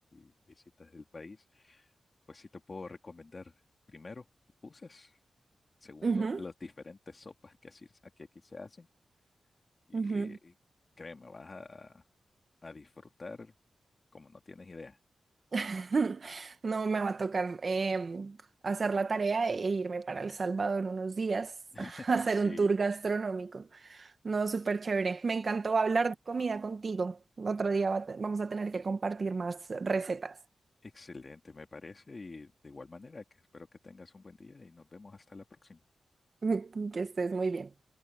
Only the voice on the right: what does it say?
Ujú,
ujú.
<laughs> No me va a tocar em, hacer la tarea e irme para El Salvador unos días <laughs>
a hacer
un tour gastronómico. No, súper chévere. Me encantó hablar de comida contigo. Otro día va a te- vamos a tener que compartir más recetas.
<laughs> Que estés muy bien.